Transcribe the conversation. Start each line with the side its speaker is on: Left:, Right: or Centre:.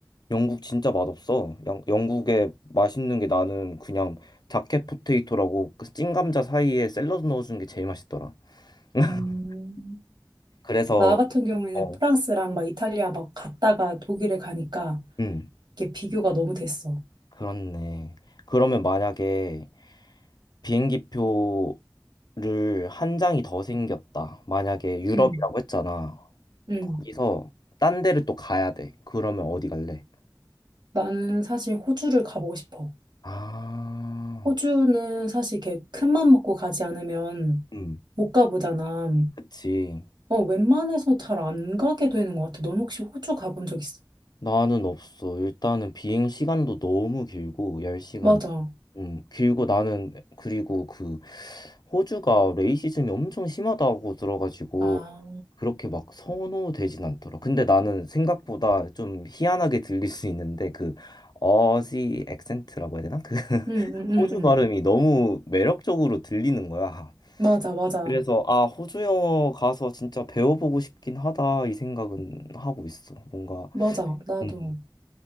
Left: 영국 진짜 맛없어. 영, 영국에 맛있는 게 나는 그냥 자켓 포테이토라고 그 찐감자 사이에 샐러드 넣어주는 게 제일 맛있더라. <laughs>
Right: 음.
Left: 그래서
Right: 나 같은 경우에는
Left: 어,
Right: 프랑스랑 막 이탈리아 막 갔다가 독일에 가니까
Left: 음,
Right: 이게 비교가 너무 됐어.
Left: 그렇네. 그러면 만약에 비행기표 를 한 장이 더 생겼다. 만약에 유럽이라고
Right: 음,
Left: 했잖아.
Right: 음.
Left: 거기서 딴 데를 또 가야 돼. 그러면 어디 갈래?
Right: 나는 사실 호주를 가보고 싶어.
Left: 아,
Right: 호주는 사실 이렇게 큰맘 먹고 가지 않으면
Left: 음,
Right: 못 가보잖아.
Left: 그치.
Right: 어, 웬만해서 잘 안 가게 되는 것 같아. 넌 혹시 호주 가본 적 있어?
Left: 나는 없어. 일단은 비행 시간도 너무 길고, 열 시간
Right: 맞아.
Left: 음, 길고 나는, 그리고 그, 호주가 레이시즘이 엄청 심하다고 들어가지고,
Right: 아.
Left: 그렇게 막 선호되진 않더라. 근데 나는 생각보다 좀 희한하게 들릴 수 있는데, 그, 어지 액센트라고 해야 되나? 그
Right: 응, 응,
Left: 호주
Right: 응,
Left: 발음이 너무 매력적으로 들리는 거야.
Right: 맞아, 맞아,
Left: 그래서 아, 호주 영어 가서 진짜 배워보고 싶긴 하다 이 생각은 하고 있어. 뭔가
Right: 맞아. 나도
Left: 음,